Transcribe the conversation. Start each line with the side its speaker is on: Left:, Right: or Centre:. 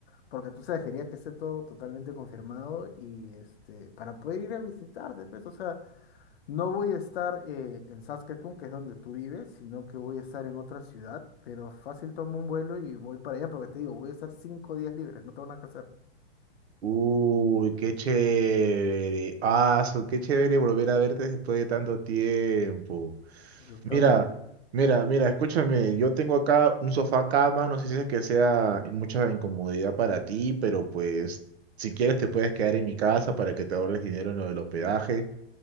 Left: porque tú sabes, quería que esté todo totalmente confirmado y este, para poder ir a visitarte, pues, o sea, no voy a estar eh, en Saskatoon, que es donde tú vives, sino que voy a estar en otra ciudad, pero fácil tomo un vuelo y voy para allá, porque te digo, voy a estar cinco días libres, no tengo nada que hacer.
Right: Uy, qué chévere. Ah, so, qué chévere volver a verte después de tanto tiempo.
Left: Porque puta
Right: Mira,
Left: madre.
Right: mira, mira, escúchame, yo tengo acá un sofá cama, no sé si es que sea mucha incomodidad para ti, pero pues si quieres te puedes quedar en mi casa para que te ahorres dinero en lo del hospedaje.